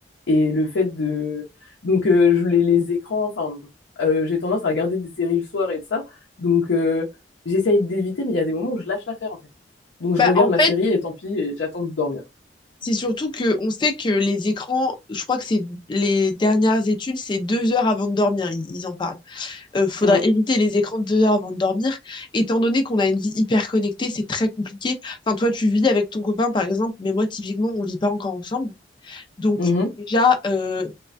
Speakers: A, on the left (about 85°); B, on the left (about 25°).
A: Et le fait de... Donc, euh, je, les, les écrans, enfin, euh, j'ai tendance à regarder des séries le soir et de ça. Donc, euh, j'essaye d'éviter, mais il y a des moments où je lâche l'affaire, en fait. Donc, je
B: Bah
A: regarde
B: en
A: ma
B: fait,
A: série et tant pis, et j'attends de dormir.
B: c'est surtout que on sait que les écrans, je crois que c'est les dernières études, c'est deux heures avant de dormir, ils, ils en parlent. euh, faudrait
A: Mm.
B: éviter les écrans deux heures avant de dormir. Étant donné qu'on a une vie hyper connectée, c'est très compliqué. Enfin, toi, tu vis avec ton copain, par exemple, mais moi, typiquement, on vit pas encore ensemble. Donc,
A: Mhm.
B: déjà, euh,